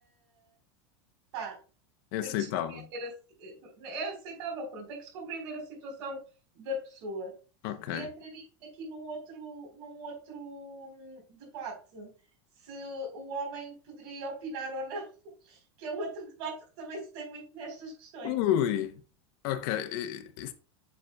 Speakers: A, on the right; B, on the left.
A: pá,
B: É aceitável.
A: tem que se compreender a, si- eh, é aceitável, pronto, tem que se compreender a situação da pessoa.
B: Ok.
A: E entraríamos aqui num outro, num outro hum, debate, se o homem poderia opinar ou não, <laughs> que é um outro debate que também se tem muito nestas questões.
B: Ui. Ok. Eh,